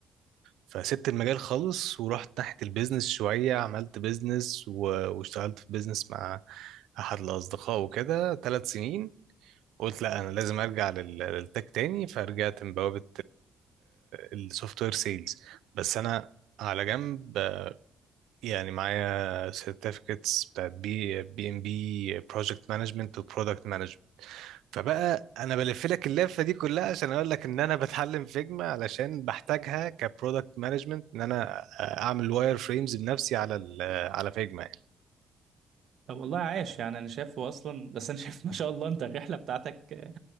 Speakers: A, on the right (about 80°); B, on the right (about 65°).
A: فسبت المجال خالص ورحت ناحيه البيزنس شويه عملت بيزنس و... واشتغلت في بيزنس مع احد الاصدقاء وكده ثلاث سنين قلت لا انا لازم ارجع لل... للتك تاني فرجعت من بوابه السوفت وير سيلز بس انا على جنب يعني معايا certificates بتاعت بي بي ام بي بروجكت مانجمنت وبرودكت مانجمنت فبقى انا بلف لك اللفه دي كلها عشان اقول لك ان انا بتعلم فيجما علشان بحتاجها كبرودكت مانجمنت ان انا آه، اعمل واير فريمز بنفسي على ال آه، على فيجما يعني
B: طب والله عاش يعني انا شايفه اصلا بس انا شايف ما شاء الله انت الرحله بتاعتك آه،